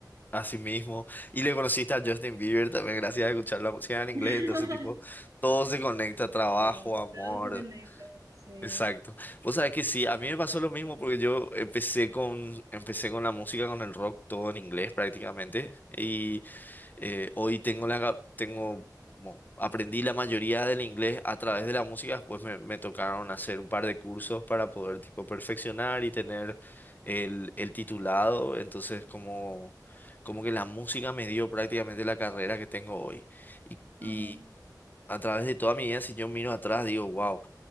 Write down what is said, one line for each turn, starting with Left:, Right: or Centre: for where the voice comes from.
Left: Así mismo. Y le conociste a Justin Bieber también gracias a escuchar la música en inglés.
Right: <laughs>
Left: Entonces, tipo, todo se conecta, trabajo,
Right: Sí,
Left: amor.
Right: todo se conecta, sí.
Left: Exacto. Vos sabés que sí, a mí me pasó lo mismo porque yo empecé con, empecé con la música, con el rock, todo en inglés prácticamente. y eh, hoy tengo la, tengo, mo- aprendí la mayoría del inglés a través de la música, después me, me tocaron hacer un par de cursos para poder tipo perfeccionar y tener el, el titulado, entonces como, como que la música me dio prácticamente la carrera que tengo hoy. Y,
Right: Ujú.
Left: y a través de toda mi vida, si yo miro atrás, digo, wow